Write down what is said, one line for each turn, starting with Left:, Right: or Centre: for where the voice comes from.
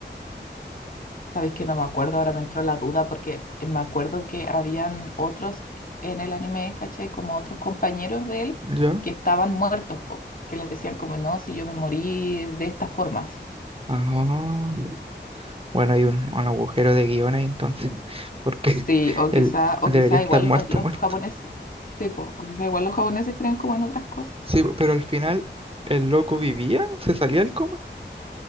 Left: Sabéis que no me acuerdo, ahora me entró la duda porque me acuerdo que habían otros en el anime, ¿cachai? Como otros compañeros de él
Right: ¿Ya?
Left: que estaban muertos, po, que les decían como, no, si yo me morí de esta forma. así".
Right: Ah. Bueno, hay un, un agujero de guión ahí entonces, <laughs> porque
Left: Sí, o
Right: él
Left: quizá, o
Right: debería
Left: quizá
Right: estar
Left: igual
Right: muerto,
Left: los, los
Right: muerto.
Left: japoneses, sí, po, o quizá igual los japoneses creen como en otras cosas.
Right: Sí, po, pero al final, ¿el loco vivía? ¿Se salía del coma?